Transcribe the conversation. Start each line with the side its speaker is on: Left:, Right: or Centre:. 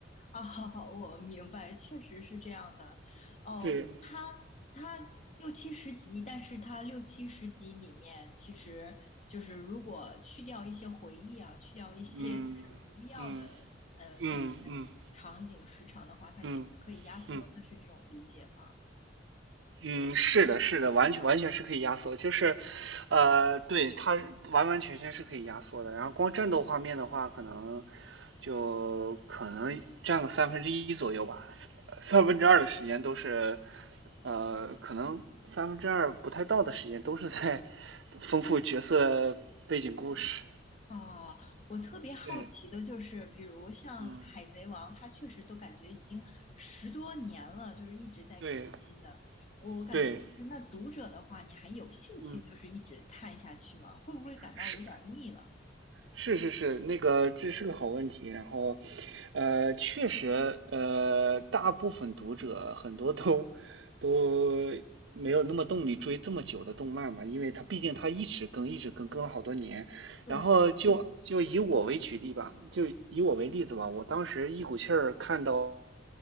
Left: 啊，<laughs> 我明白，确实是这样的。
Right: <laughs>
Left: 哦，
Right: 对，
Left: 它它六七十集，但是它六七十集里面，其实就是如果去掉一些回忆啊，去掉一些就是不必要的呃那些
Right: 嗯嗯嗯嗯嗯
Left: 场景时长的话，它其实可以压缩的，
Right: 嗯嗯。嗯
Left: 是这种理解吗？
Right: 嗯，是的，是的，完全完全是可以压缩，就是，呃，对，它完完全全是可以压缩的。然后光战斗画面的话，可能就可能占个三分之一左右吧，三分之二的时间都是，呃，可能三分之二不太到的时间都是在丰富角色背景故事。
Left: 啊，我特别好奇的就是，
Right: 对，
Left: 比如像《海贼王》，
Right: 嗯，
Left: 它确实都感觉已经十多年了，就是一直在更新的。
Right: 对，
Left: 我感觉就是那读者的话，
Right: 对，
Left: 你还有兴趣就是一直看下去吗？
Right: 嗯。
Left: 会不会感到有点儿腻了？
Right: 是。是是是，那个这是个好问题。然后，呃，确实，呃，大部分读者很多都都没有那么动力追这么久的动漫嘛，因为它毕竟它一直更，一直更，更了好多年。
Left: 对，
Right: 然后就就以我为举例吧，就以我为例子吧，我当时一股气儿看到